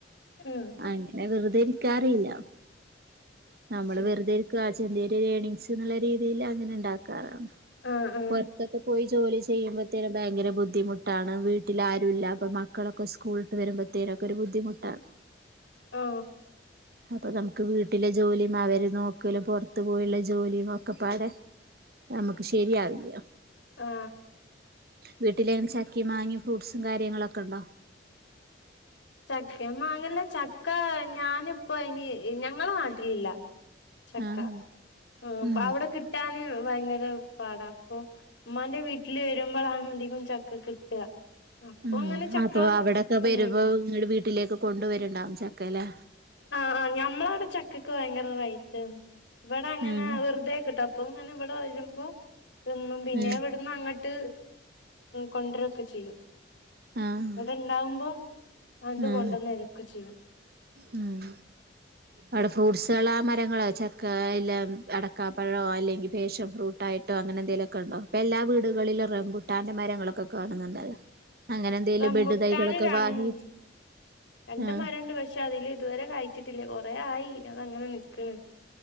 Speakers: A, on the left; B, on the right.
A: ആഹ്
B: അങ്ങനെ വെറുതെ ക്കറിയില്ല നമ്മള്
A: ശരി
B: വെറുതെയിരി ചെറിയ ഒരു ഏണിങ്സ് എന്നുള്ള രീതിയിൽ അങ്ങനെ ഉണ്ടാക്കാറാണ്
A: ആഹ് ആഹ്
B: പൊറത്തൊക്കെ ജോലി ചെയ്യുമ്പോഴത്തേനും ഭയങ്കര ബുദ്ധിമുട്ടാണ് വീട്ടിൽ ആരും ഇല്ല അപ്പ മക്കളൊക്കെ സ്കൂളിട്ട് വരുമ്പോഴത്തേനും അതൊക്കെ ഒരു ബുദ്ധിമുട്ടാണ്
A: ആ
B: അപ്പൊ നമുക്ക് വീട്ടിലെ ജോലിയും അവര് നോക്കലും പുറത്തു പോയുള്ള ജോലിയും ഒക്കെ പാടെ നമുക്ക് ശരിയാവില്ല
A: ആ
B: വീട്ടിലെ ചക്കി മാങ്ങിയും ഫ്രൂട്ട്സും കാര്യങ്ങളൊക്കെ ഉണ്ടോ
A: ചക്ക മാങ്ങല്ല ചക്ക ഞാനിപ്പ ഇനി ഞങ്ങള നാട്ടിലില്ല ചക്ക
B: ആഹ്
A: ആ അപ്പൊ
B: ഉം
A: അവിടെ കിട്ടാന് ഭയങ്കര പാട അപ്പൊ ഉമ്മാന്റെ വീട്ടിൽ വരുമ്പോളാണ് അധികവും ചക്ക കിട്ടുക അപ്പൊ
B: ഉ
A: അങ്ങനെ ചക്ക
B: അപ്പൊ അവിടൊക്കെ
A: തിന്നും
B: വരുമ്പോ നിങ്ങടെ വീട്ടിലേക്ക് കൊണ്ടുവരണ്ടാവും ചക്കലെ
A: ആ ആ ഞമ്മള അവിടെ ചക്കക്ക് ഭയങ്കര റേറ്റ് ആണ് ഇവിടെ അങ്ങനെ
B: ഉം
A: വെറുതെക്കിട്ടും അപ്പൊ ഇങ്ങനെ ഇവിടെ വരുമ്പോ തിന്നും പിന്നെ
B: ഉം
A: ഇവിടുന്ന് അങ്ങ് ഇട്ട് കൊണ്ടരൊക്കെ ചെയ്യും
B: ആഹ്
A: അവിടെ ഉണ്ടാവുമ്പോ അണ്ട്
B: ആഹ്
A: കൊണ്ടുവന്ന ഇരൊക്കെ ചെയ്യും
B: ഉം അവിടെ ഫ്രൂട്ട്സുകൾ മരങ്ങളോ ചെക്ക എല്ലാം അടക്കാപ്പഴമോ അല്ലെങ്കിൽ ഫാഷൻ ഫ്രൂട്ട് ആയിട്ടോ അങ്ങനെ എന്തേലുമൊക്ക ഉണ്ടോ ഇപ്പൊ എല്ലാ വീടിലും റബുട്ടാൻന്റെ മരങ്ങളൊക്കെ കാണുന്നുണ്ടല്ലോ അങ്ങനെ എന്തെലും
A: റംബുട്ടാന്
B: ബെഡ് തൈകളൊക്കെ
A: രൺ
B: വാങ്ങി
A: രണ്ട്
B: ആ
A: മരമുണ്ട് പക്ഷെ അതില് ഇതുവരെ കായ്ച്ചിട്ടില്ല കൊറെ ആയി അതങ്ങനെ നിക്കണ്